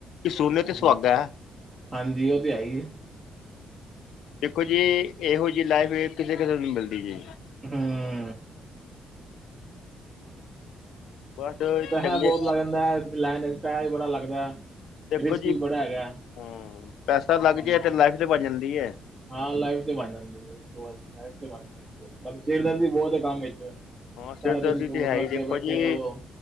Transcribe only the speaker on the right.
ਹਮ ਹਾਂਜੀ, ਓ ਤੇ ਹੈਈ ਐ।
ਹੂੰ।
ਪੈਸਾ
ਬੋਤ ਲੱਗ ਜਾਂਦਾ ਲੈਨ ਵਿੱਚ ਪੈਸਾ ਵੀ ਬੜਾ ਲੱਗਦਾ।
ਰਿਸਕ
ਵੀ
ਬੜਾ ਹੈਗਾ
ਹਮ
ਹਾਂ, ਲਾਈਫ ਤੇ ਬਣ ਜਾਂਦੀ ਐ, ਲਾਈਫ ਤੇ ਬਣ ਜਾਂਦੀ ਬਾਕੀ ਸਿਰ ਦਰਦੀ ਬਹੁਤ ਐ ਕੰਮ ਵਿੱਚ।
ਸਾਰਾ ਦਿਨ <unintelligible>
ਅੱਗੇ
ਬੈਠੇ
ਰਹੋ।